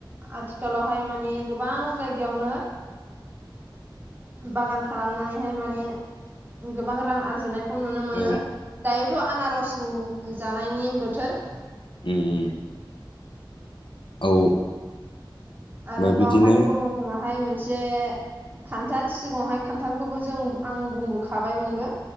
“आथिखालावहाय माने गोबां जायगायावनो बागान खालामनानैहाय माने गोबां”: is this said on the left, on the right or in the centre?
Right